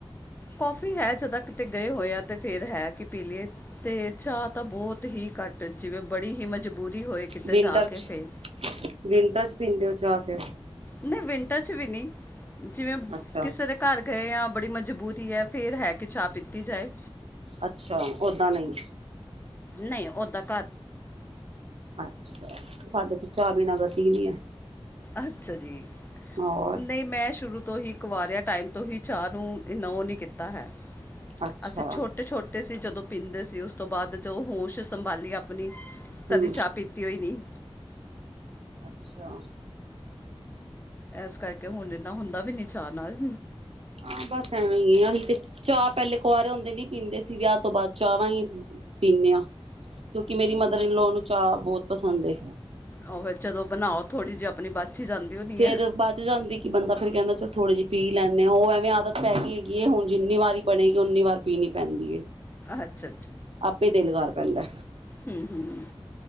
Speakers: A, on the left (about 20°); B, on the right (about 80°).
A: ਕੌਫੀ ਹੈ ਜਦਾਂ ਕਿਤੇ ਗਏ ਹੋਏ ਆ ਤੇ ਫੇਰ ਹੈ ਕਿ ਪੀਲੀ ਏ। ਤੇ ਚਾਹਅ ਤਾਂ ਬਹੁਤ ਹੀ ਘੱਟ ਜਿਵੇਂ ਬੜੀ ਹੀ ਮਜਬੂਰੀ ਹੋਏ ਕਿਤੇ
B: ਵਿੰਟਰ
A: ਜਾ ਕੇ
B: ਚ
A: ਫਿਰ
B: ਵਿੰਟਰ ਪੀਂਦੇ ਹੋ ਚਾਹ ਫੇਰ।
A: ਨਹੀਂ ਵਿੰਟਰ ਚ ਵੀ ਨਹੀਂ ਜਿਵੇਂ
B: ਅੱਛਾ
A: ਕਿਸੇ ਦੇ ਘਰ ਗਏ ਹਾਂ ਬੜੀ ਮਜ਼ਬੂਰੀ ਹੈ ਫੇਰ ਹੈ ਕਿ ਚਾਹ ਪੀਤੀ ਜਾਏ।
B: ਅੱਛਾ ਓਦਾਂ ਨਹੀਂ।
A: ਨਹੀਂ ਓਦਾਂ
B: ਅੱਛਾ, ਸਾਡੇ ਤੇ ਚਾਹ ਬੀਨਾ ਗਤੀ ਨੀ ਹੈ।
A: ਅੱਛਾ ਜੀ
B: ਹੋਰ
A: ਨਹੀਂ ਮੈਂ ਸ਼ੁਰੂ ਤੋਂ ਹੀ ਕੁਵਾਰਿਆ ਟਾਈਮ ਤੋਂ ਹੀ ਚਾਹ ਨੂੰ ਇੰਨਾ ਉਹ ਨਹੀਂ ਕੀਤਾ ਹੈ।
B: ਅੱਛਾ
A: ਅਸੀਂ ਛੋਟੇ ਛੋਟੇ ਸੀ ਜਦੋਂ ਪੀਂਦੇ ਸੀ ਉਸ ਤੋਂ ਬਾਅਦ ਜਦੋਂ ਹੋਸ਼ ਸੰਭਾਲੀ ਆਪਣੀ ਕਦੇ
B: ਹਮ
A: ਚਾਹ ਪੀਤੀ ਹੋਈ ਨੀ।
B: ਅੱਛਾ।
A: ਇਸ ਕਰਕੇ ਹੁਣ ਏਨਾ ਹੁੰਦਾ ਵੀ ਨੀ ਚਾਅ ਨਾਲ।
B: ਆ ਬਸ ਐਵੇਂ ਹੀ ਏ ਆਸੀ ਤੇ ਚਾਹ ਪਹਿਲੇ ਕੁਆਰੇ ਹੁੰਦੇ ਨੀ ਪੀਂਦੇ ਸੀ ਵਿਆਹ ਤੋਂ ਬਾਅਦ ਚਾਹਵਾਂ ਹੀ। ਪੀਂਣੇ ਹਾਂ ਕਿਉਂਕਿ ਮੇਰੀ ਮਦਰ ਇਨਲੋ ਨੂੰ ਚਾਹ ਬਹੁਤ ਪਸੰਦ ਏ।
A: ਉਹ ਫਿਰ ਜਦੋਂ ਬਣਾਓ ਥੋੜ੍ਹੀ ਜਿਹੀ ਆਪਣੀ ਬਚ ਹੀ ਜਾਂਦੀ ਹੋਣੀ
B: ਫੇਰ
A: ਹੈ
B: ਬਾਅਚ ਜਾਂਦੀ ਕਿ ਬੰਦਾ ਫੇਰ ਕਹਿੰਦਾ ਚੱਲ ਥੋੜੇ ਜਿ ਪੀ ਲੈਂਣੇ। ਉਹ ਐਵੇਂ ਆਦਤ ਪੈ ਗਈ ਹੈਗੀ ਹੁਣ ਜਿੰਨੀ ਵਾਰ ਬਣੇਗੀ ਉਓਨੀ ਵਾਰ ਪੀਣੀ ਪੈਂਦੀ ਏ
A: ਅੱਛਾ
B: ਤੇ ਦਿਲ ਕਰ ਪੈਂਦਾ।
A: ਹੂੰ- ਹੂੰ